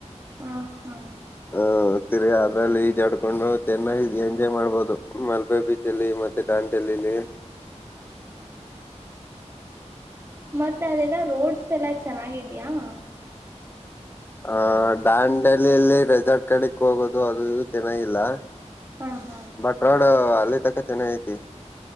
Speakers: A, on the right (about 25°); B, on the left (about 20°).
A: ಹ ಹಾ
B: <unintelligible> ಹೋಗ್ತರಿ ಅದ್ರಲ್ಲಿ ಈಜಡ್ಕೊಂಡು ಚೆನ್ನಾಗ ಎಂಜಾಯ್ ಮಾಡ್ಬಹುದು ಮಲ್ಬೆ ಬೀಚ್ ಅಲ್ಲಿ ಮತ್ತೆ ದಾಂಡೇಲಿ ಲೀ.
A: ಮತ್ತೆ ಅದೆಲ್ಲ ರೋಡ್ಸ್ ಎಲ್ಲಾ ಚೆನ್ನಾಗಿದ್ಯಾಾ
B: <unintelligible> ದಾಂಡಲಿಯಲ್ಲಿ ರೆಸಾರ್ಟ್ ಕಡೆಕ್ ಹೋಗೋದು ಅದು ಇದು ಚೆನ್ನಾಗಿಲ್ಲ.
A: ಹಾ ಹಾ
B: ಬಟ್ ರೋಡ್ ಅಲ್ಲಿ ತಕ ಚೆನ್ನಾಗ ಐತಿ